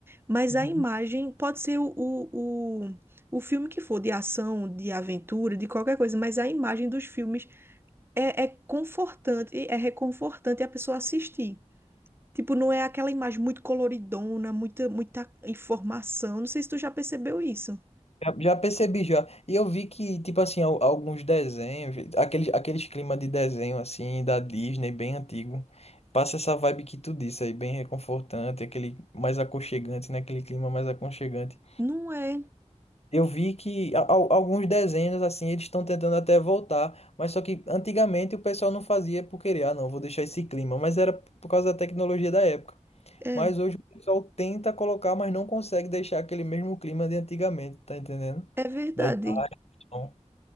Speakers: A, on the right; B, on the left.
A: Mas
B: Uhum.
A: a imagem pode ser o, o, o, o filme que for, de ação, de aventura, de qualquer coisa, mas a imagem dos filmes é, é confortante, é reconfortante a pessoa assistir. Tipo, não é aquela imagem muito coloridona, muita, muita informação. Não sei se tu já percebeu isso.
B: Já, já percebi já. E eu vi que, tipo assim, al- alguns desenhos, aqueles, aqueles clima de desenho, assim, da Disney, bem antigo. Passa essa vibe que tu disse aí, bem reconfortante, aquele mais aconchegante, né? Aquele clima mais aconchegante.
A: Não é,
B: Eu vi que a- al- alguns desenhos, assim, eles estão tentando até voltar, mas só que antigamente o pessoal não fazia por querer, ah, não, vou deixar esse clima, mas era por causa da tecnologia da época.
A: é,
B: Mas hoje o pessoal tenta colocar, mas não consegue deixar aquele mesmo clima de antigamente, tá entendendo?
A: é verdade.
B: Daí, ah, então,